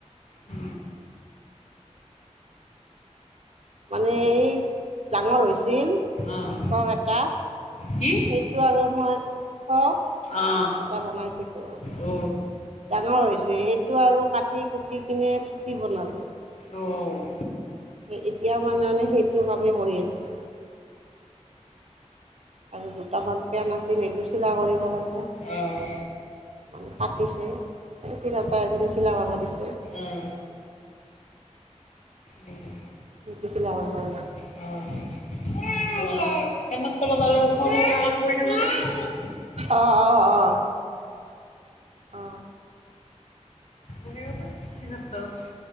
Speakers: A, on the left; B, on the right.
A: উ
B: মানে এই ডাঙৰ হৈছিল
A: অ', অ',
B: ফ্ৰক এটা
A: কি?
B: সেইটো আৰু মই ফ্ৰক
A: অ', অ',
B: এটা বনাইছিলো
A: অ', অ'।
B: ডাঙৰ হৈছে সেইটো আৰু কাটি কুটি কিনে চুটি বনালো
A: অ
B: এতিয়া মানে এনেই সেইটো কামেই কৰি আছিলো আৰু দুটামান সেয়া নাছিল সেইটো চিলা কৰিব লাগে
A: অ', অ',
B: মানে কাটি এই তাতে আজি নিচিলাও হ'ব দে
A: অহ উম
B: সিটো চিলা কৰপা ওলাইছো
A: অতৰু <unintelligible> পৰি থাকোতে
B: অ অ অ অ
A: ক ফেনৰ তলত